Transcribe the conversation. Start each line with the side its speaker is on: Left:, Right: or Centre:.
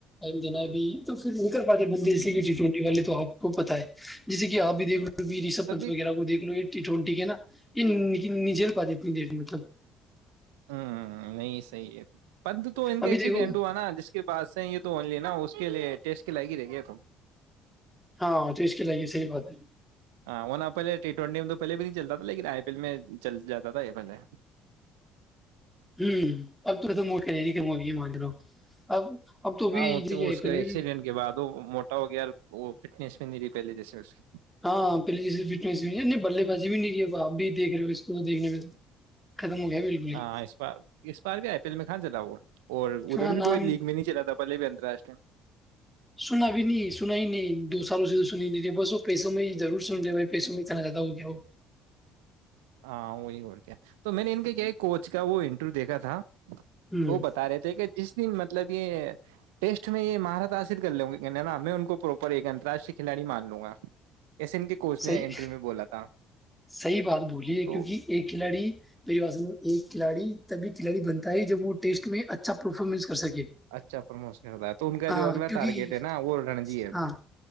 Centre: جناب تو گھر پاتے بند س گ جھے والی تو آپ کو پت ہے جیسے کہ آپ بھی دیک لو رشب
Right: تبھی
Centre: پنت وغیرہ کو دیکھ لو یہ ٹون ٹییک ہے نا یہ نجے پات ت دیر میں توب
Right: ہوں نہیں صحیح ہے پد تو ان کا
Centre: ابھی
Right: ایکسیڈینٹ
Centre: دیکھو
Right: ہوا نا جس کے پع سے یہ تو اونلی نا اس کے لیے ٹیسٹ کے لائگ ہی رہ گی ہے تو
Centre: ہاں تو اس کے لگے صحی بات ہے
Right: ہاں وہ ن پہلے ٹی ٹوینٹی میں تو پہلے بھی نہیں چلتا تھا لیکن آئی پی ایل میں چل جاتا تھا آ پہلے
Centre: ہ اب توے سے موک نہیں ہوئی مان لو اب اب تو بھی
Right: ہاں وہ- اس
Centre: پھر
Right: کے
Centre: بھی
Right: ایکسیڈنٹ کے بعد وہ موٹا ہو گیا وہ فٹنس میں نہیں رہی پہلے جیسے اس کی
Centre: ہاں پہلے جی فٹس نہیں بلے بازی بھی نہیں آپ بھی دیکھ رہے ہو اس کو دیکھنے میں ختم ہو گیا بالکل ہی
Right: ہاں اس بار اس بار بھی آئی پی ایل میں کہاں ج تھا وہ اور ادھر
Centre: ہ
Right: بھی
Centre: نام
Right: کوئی لیگ میں نہیں چلا تھا پہلے بھی انترراشٹریہ
Centre: سنا بھی نہیں سنا ہی نہیں دو سالوں سے بس وہ پیسوں میں ضرور سن رہے بھائی پیسوں میں اتنا زیادا ہو کیا ہو
Right: ہاں وہی اور کیا تو میں نے ان کا کیا کوچ کا وہ انٹرویو دیکھا تھا تو
Centre: ہوں
Right: وہ بتا رہے تھے کہ جس مطلب یہ ٹیسٹ میں یہ مہارت حاصل کر لیں گےا میں ان کو پروپر ایک انتراشٹری کھلاڑی مان لوں گا ایسین کے کوچ نے
Centre: صحیح
Right: انٹرویو میں بولا تھا
Centre: صحیح بات بولیے کیونکہ
Right: تو
Centre: ایک کھلاڑی میری ب ایک کھلاڑی تبھی کھلاڑی بنتا ہے جب وہ ٹیسٹ میں اچھا پرفارمنس سکیے
Right: اچھا پرموشن ہوتا ہے تو ان کا
Centre: ہاں
Right: جو اگلا
Centre: کیونکہ
Right: ٹارگیٹ ہے نا وہ رنجی ہے
Centre: ہاں